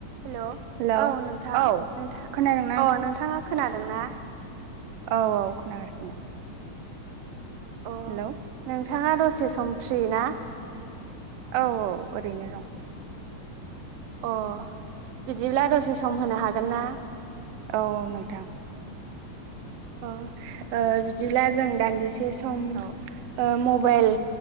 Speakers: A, on the right; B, on the right.
A: Hello
B: hello
A: औ नोंथां
B: औ
A: नोंथां
B: खोनादोंना नोंथां
A: औ नोंथांङा खोनादों ना?
B: औ औ खोनागासिनो।
A: अ
B: हेलौ
A: नोंथांङा दसे सम फ्रि ना।
B: औ औ ओरैनो दं
A: अ बिदिब्ला दसे सम होनो हागोन ना?
B: औ औ नोंथां।
A: अ बिदिब्ला जों दान्दिसे सम
B: औ
A: मबेइल